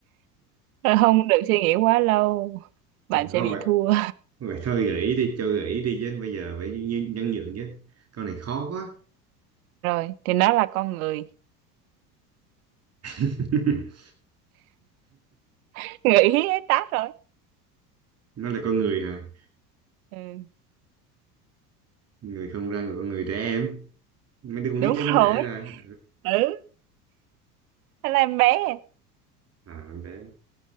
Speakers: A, on the right; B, on the right.
A: không được suy nghĩ quá lâu bạn sẽ
B: không
A: bị
B: vậy
A: thua
B: vậy thôi gợi ý đi cho gợi ý đi chứ bây giờ phải nhi- nhẫn nhịn chứ con này khó quá
A: rồi thì nó là con người
B: <laughs>
A: <laughs> nghĩ hết tát rồi
B: nó là con người hả
A: ừ.
B: người không răng là con người trẻ em mấy đứa con
A: đúng
B: nít chứ mới
A: rồi
B: đẻ ra
A: ừ nó là em bé
B: à con bé